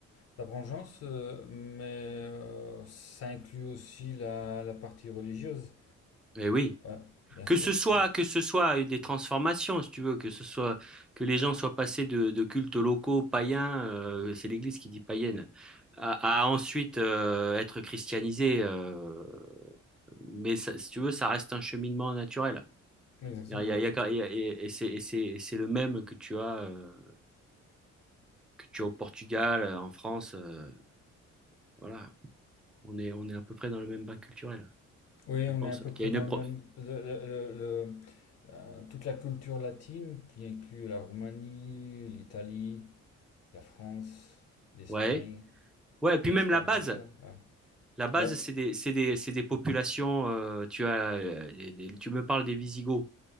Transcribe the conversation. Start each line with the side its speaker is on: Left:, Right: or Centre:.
Left: Ta vengeance, euh, mais euh, ça inclut aussi la, la partie religieuse.
Centre: Eh oui.
Left: Ouais, bien
Centre: Que
Left: sûr.
Centre: ce soit,
Left: ouais.
Centre: que ce soit des transformations, si tu veux, que ce soit que les gens soient passés de, de cultes locaux païens, euh, c'est l'Église qui dit païenne, à, à ensuite euh, être christianisés. euh, mais ça- si tu veux, ça reste un cheminement naturel.
Left: Exactement.
Centre: Il y a- il y a-
Left: ouais.
Centre: il y a- il y a- et et c'est et c'est- et c'est le même que tu as euh, que tu as au Portugal, euh, en France. euh, voilà, on est on est à peu près dans le même bain culturel.
Left: Oui,
Centre: Je
Left: on
Centre: pense
Left: est à peu près
Centre: qu'il y a une
Left: dans
Centre: pro-
Left: le même. le- le- le- le- euh, toute la culture latine qui inclut la Roumanie, l'Italie, la France, l'Espagne,
Centre: Ouais. Ouais, et puis
Left: l'Espagne,
Centre: même la base.
Left: le Portugal. Ouais.
Centre: La base,
Left: Là,
Centre: c'est des, c'est des, c'est des populations. euh, tu as, euh, des- des- tu me parles des Visigoths.